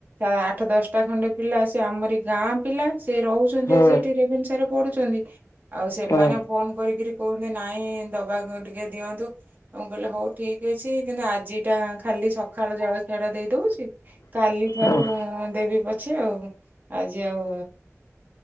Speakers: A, on the right (about 35°); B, on the left (about 80°).
A: ଆଠ ଦଶଟା ଖଣ୍ଡେ ପିଲା ଆସ ସେ ଆମରି ଗାଁ ପିଲା ସେ ରହୁଛନ୍ତି
B: ହୁଁ
A: ଆସି ଏଇଠି ରେଭେନ୍ସା ରେ ପଢୁଛନ୍ତି। ଆଉ ସେମାନେ
B: ହୁଁ
A: ଫୋନ କରିକି କୁହନ୍ତି ନାଇଁ ଦବାକୁ ଟିକେ ଦିଅନ୍ତୁ। ମୁଁ କହିଲି ହଉ ଠିକ୍ ଅଛି କିନ୍ତୁ ଆଜି ଟା ଖାଲି ସକାଳ ଜଳଖିଆ ଟା ଦେଇ ଦଉଚି। କାଲି ଠାରୁ
B: ହୁଁ।
A: ଦେବି ପଛେ ଆଉ। ଆଜି ଆଉ